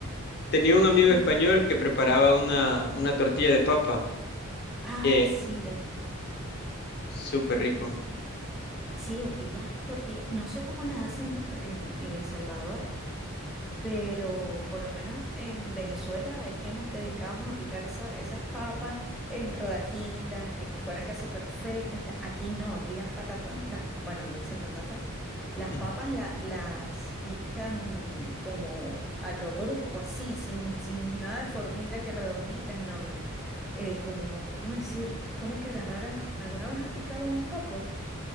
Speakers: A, on the left (about 50°); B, in the centre.
A: Tenía un amigo
B: Mucho.
A: español que preparaba una, una tortilla de papa,
B: Ah,
A: que
B: sí, la,
A: súper rico.
B: sí, aquí las tortillas, no sé cómo las hacen en, en El Salvador, Pero por lo menos en Venezuela es que nos dedicábamos a picar esa- esas papas en rodajitas que fueran casi perfectas. y tal. Aquí no, aquí las patatas, las, bueno, le dicen patatas,
A: <laughs>
B: las
A: Ujú.
B: papas la- las pican como a lo brusco, así, sin, sin nada de formita que redonditas, no, no. Eh, como, ¿cómo decirte? Es como que agarraras, ¿alguna vez has picado un coco?